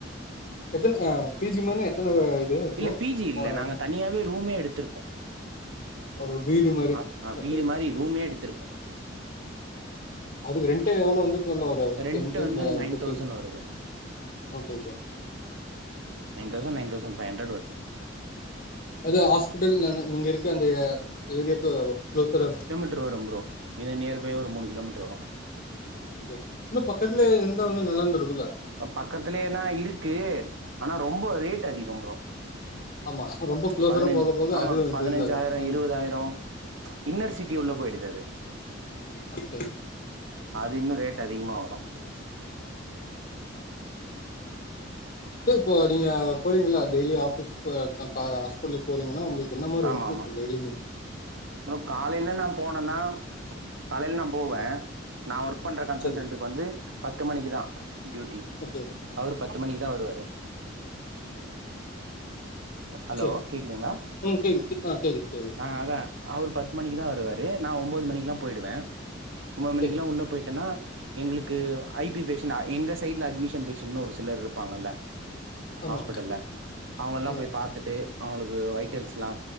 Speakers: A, on the left (about 45°); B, on the right (about 80°).
A: எத்தன அ பி ஜி மனே எத்தன இது இருக்கு
B: இல்ல பி ஜி இல்ல
A: அ
B: நாங்க தனியாவே ரூமே எடுத்திருக்கோ
A: ஒரு வீடு மாரி
B: ஆ அ
A: ஓகே
B: வீடு
A: ஓகே
B: மாரி ரூமே எடுத்திருக்கோ
A: அதுக்கு ரேண்டே எவ்ளோ வந் ரேண்டு ஒரு
B: ரெண்ட்
A: டென் டு
B: வந்து
A: நைன் ஃபிப்
B: தௌசண்ட்
A: டீன்
B: வருது
A: okay okay
B: nine thousand nine thousand five hundred வருது
A: அது ஆஸ்பிட்டல்னாங்க நீங்க இருக்க அந்த ஏரியாவுக்கு குளோசரவே
B: ட்டர் வரும் ப்ரோ இது நியர்பை ஒரு மூணு கிலோமீட்டர் வரும்
A: அது இன்னு பக்கத்துல இருந்தா ஒன்னு நல்லாந்து இருக்கு
B: பக்கத்துலயேனா இருக்கு ஆனா ரொம்ப ரேட் அதிகம் ப்ரோ
A: ஆமா ரொம்ப
B: ம்ச்
A: க்ளோஸரா
B: பதினஞ்சு
A: போக போக
B: ஆமா
A: அதுவு இன்க்ரீஸ்
B: பதினஞ்சாயிரோ
A: ஆகு ஆமா
B: இருபதாயிரோ ம்ச் இன்னர் சிட்டி உள்ள போயிடுது அது
A: ஓகே
B: அது இன்னு ரேட் அதிகமாக வரு
A: ப்பு இப்போ நீங்க போறிங்களா டெய்லி ஆபீஸ்க்கு கா ஆஸ்பிடலக்கு போறிங்கன்னா உங்களுக் என்ன மாரி
B: ஆமா
A: ஒர்க்
B: ஆமா
A: இருக்கு டேய்லிமே
B: ப்ரோ காலையில நா போனேனா காலையில நா போவே
A: ஓகே
B: நா ஒர்க் பண்ற கன்சல்டன்க்கு
A: சரி
B: வந்து பத்து மணிக்கு தா டியூட்டி
A: ஓகே
B: அவரு பத்து மணிக்குதா வருவாரு ஹலோ
A: சரி
B: கேடக்குதுங்களா
A: ம் கேக்குது ஆ கேக்குது கேக்குது
B: ஆ அதா அவரு பத்து மணிக்குதா வருவாரு நா ஒன்பது மணி எல்லா போயிடுவே ஒன்பது மணிக்கு
A: சரி
B: எல்லா உள்ள போயிட்டேனா எங்களுக்கு ஐ பி பேஷன் எங்க சைட்ல அட்மிஷன் பேஷன்னு ஒரு சிலர் இருப்பாங்கல்ல
A: ஆமா
B: ஆஸ்பிட்டல்ல அவங்க எல்லா
A: ஆமா
B: போய் பாத்துட்டு அவங்களுக்கு வைட்டல்ஸ்லா